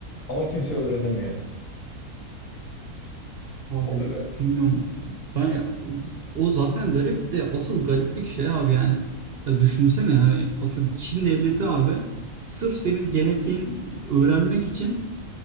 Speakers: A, on the left; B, on the right.
A: ama kimse öğrenemiyor.
B: Abi
A: O da garip.
B: bilmiyorum. Ben ya- o zaten garip de asıl gariplik şey abi yani ya düşünsene hani atıyorum Çin devleti abi sırf senin genetiğin öğrenmek için